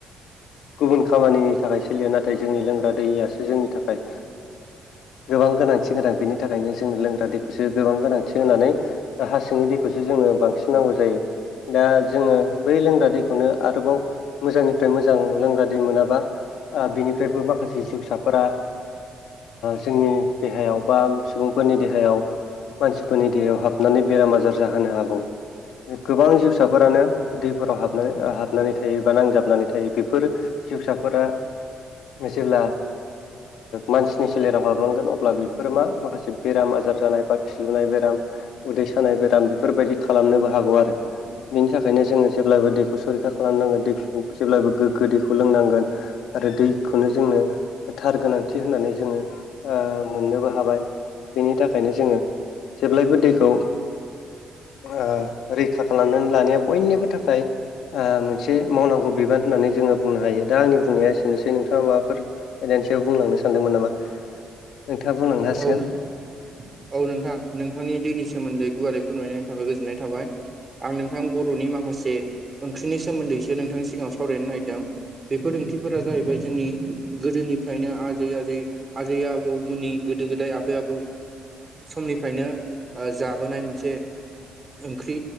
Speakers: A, on the left (about 80°); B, on the right (about 30°).
A: गुबुन खामानि थाखाय सोलिया नाथाय जोंनि लोंग्रा दैयासो जोंनि थाखाय गोबां गोनांथि गोनां बेनि थाखायनो जों लोंग्रा दैखौसो गोबां गोनांथि होनानै हा सिंनि दैखौसो जोंनो बांसिन नांगौ जायो दा जोङो बै लोंग्रा दैखौनो आरोबाव मोजांनिफ्राय मोजां लोंग्रा दै मोनाबा बिनिफ्रायबो माखासे जिउसाफोरा जोंनि देहायाव बा सुबुंफोरनि देहायाव मानसिफोरनि देहायाव हाबनानै बेराम आजार जाहोनो हागौ गोबां जिउसाफोरानो दैफोराव हाबनानै हाबनानै थायो बा नांजाबनानै थायो बेफोर जिवसाफोरा जेब्ला मानसिनि सोलेराव हाबलांगोन अब्ला बेफोरो मा माखासे बेराम आजार जानाय बा खिलुनाय बेराम उदै सानाय बेराम बेफोरबायदि खालामनोबो हागौ आरो बेनि थाखायनो जोङो जेब्लाबो दैखौ सरैखा खालामनांगोन दैखौ जेब्लाबो गोग्गो दैखौ लोंनांगोन आरो दैखौनो जोंनो थार गोनांथि होननानै जोङो ओ मोननोबो हाबाय बेनि थाखायनो जोङो जेब्लायबो दैखौ आ रैखा खालामनानै लानाया बयनिबो थाखाय आ मोनसे मावनांगौ बिबान होननानै जोङो बुंनो हायो दा आंनि बुंनाया एसोनोसै नोंथाङा माबाफोर आयदानि सायाव बुंलांनो सानदोंमोन नामा नोंथाङा बुंलांनो हासिगोन
B: औ नों औ नोंथां नोंथांनि दैनि सोमोन्दै गुवारै फोरमायनायनि थाखाय गोजोननाय थाबाय आं नोंथां बर'नि माखासे ओंख्रिनि सोमोन्दैसो नोंथांनि सिगाङाव सावरायनो नागिरदों बेफोर ओंख्रिफोरा जाहैबाय जोंनि गोदोनिफ्रायनो आजै आजै आजै आबौमोननि गोदो गोदाय आबै आबौ समनिफ्रायनो जाबोनाय मोनसे ओंख्रि